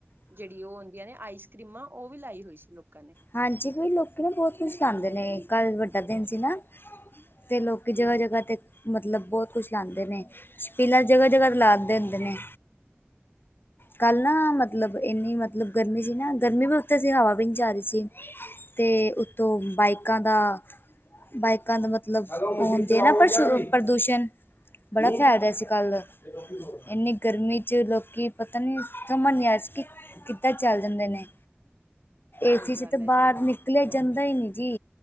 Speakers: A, on the right; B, on the left.
A: ਜਿਹੜੀ ਉਹ ਹੁੰਦੀਆਂ ਨੇ ਆਈਸ ਕਰ੍ਰੀਮਾਂ ਉਹ ਵੀ ਲਾਈ ਹੋਈ ਸੀ ਲੋਕਾਂ ਨੇ।
B: ਹਾਂਜੀ ਬਾਈ ਲੋਕੀ ਨਾ ਬਹੁਤ ਕੁਛ ਲਾਦੇ ਨੇ ਕੱਲ੍ਹ ਵੱਡਾ ਦਿਨ ਸੀ ਨਾ। ਤੇ ਲੋਕੀ 'ਤੇ' ਜਗ੍ਹਾ- ਜਗ੍ਹਾ ਮਤਲਬ ਬਹੁਤ ਕੁਛ ਲਾਦੇ ਨੇ। ਛਪੀਲਾ ਜਗ੍ਹਾ -ਜਗ੍ਹਾ ਲਾਦੇ ਹੁੰਦੇ ਨੇ। ਕੱਲ੍ਹ ਨਾ ਮਤਲਬ ਇੰਨੀ ਮਤਲਬ ਗਰਮੀ ਸੀ ਨਾ ਗਰਮੀ ਵੀ ਉੱਥੇ ਸੀ ਹਵਾ ਵੀ ਨਹੀਂ ਜਾ ਰਹੀ ਸੀ। ਤੇ ਉੱਤੋਂ ਬਾਈਕਾਂ ਦਾ ਬਾਈਕਾਂ ਦਾ ਮਤ। ਲਗਵਾਉਂਦੇ ਨਾ ਪ੍ਰਸ਼ ਪ੍ਰਦੂਸ਼ਣ। ਬੜਾ ਫਾਇਦਾ ਅੱਜ- ਕੱਲ੍ਹ ਇੰਨੀ ਗਰਮੀ 'ਚ ਲੋਕੀ। ਪਤਾ ਨੀ ਮਨਿਆਜ ਕਿ ਕਿੱਧਾਂ ਚਲ ਜਾਂਦੇ ਨੇ।
A: ਸਹੀ
B: ਏਸੀ 'ਚ'
A: ਗੱਲ
B: ਤਾਂ
A: ਹੈ
B: ਬਾਹਰ
A: ਜੀ।
B: ਨਿਕਲਿਆ ਜਾਂਦਾ ਨੀ ਜੀ।